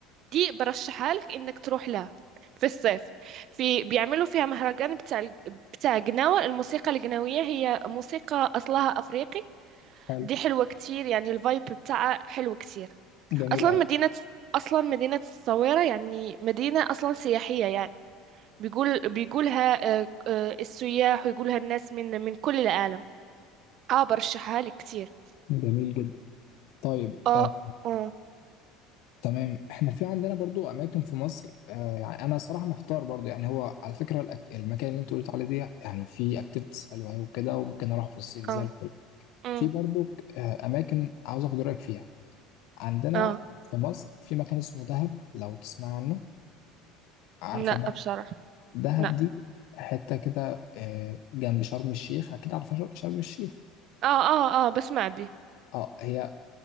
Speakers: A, on the right; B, on the left.
A: دي برشحها لك انك تروح لها في الصيف في بيعملوا فيها مهرجان بتاع ال- بتاع جناوة الموسيقى الجناوية هي موسيقى أصلها أفريقي
B: حلو
A: دي حلوة كتير يعني الفايب بتاعها حلو كتير
B: جميل
A: أصلا
B: قوي
A: مدينة أصلا مدينة الصويرة يعني مدينة أصلا سياحية يعني بيقول بيقولها آه، آه، السياح ويقولها الناس من من كل العالم اه برشحها لك كتير
B: جميل جدا طيب
A: اه
B: آه
A: اه
B: تمام احنا في عندنا برضو اماكن في مصر آه يعني انا صراحه محتار برضو يعني هو على فكره الأك- المكان اللي انت قلت عليه ده يعني في اكتيفيتيز حلوه أوي وكده وممكن اروح في الصيف زي
A: اه
B: الفل
A: أمم،
B: في برضو آه اماكن عاوز اخد رايك فيها عندنا
A: اه
B: في مصر في مكان اسمه دهب لو تسمع عنه عارفه
A: لا
B: ده
A: بصراحة
B: دهب
A: لا
B: دي حته كده آه جنب شرم الشيخ اكيد عارفه شر- شرم الشيخ
A: اه اه اه بسمع بي
B: اه هي